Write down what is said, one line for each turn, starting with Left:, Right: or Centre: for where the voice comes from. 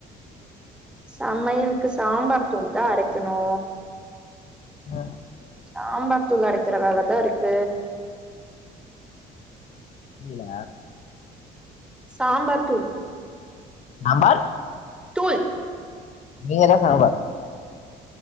Centre: சம்மையலுக்கு சாம்பார் தூள் தா அரக்கணு
Left: அ
Centre: சாம்பார் தூள் அரக்கிற வேலதா இருக்கு
Left: ஈல
Centre: சாம்பார் தூள்
Left: ஆம்பார்
Centre: தூள்
Left: நீங்கதா சாம்பா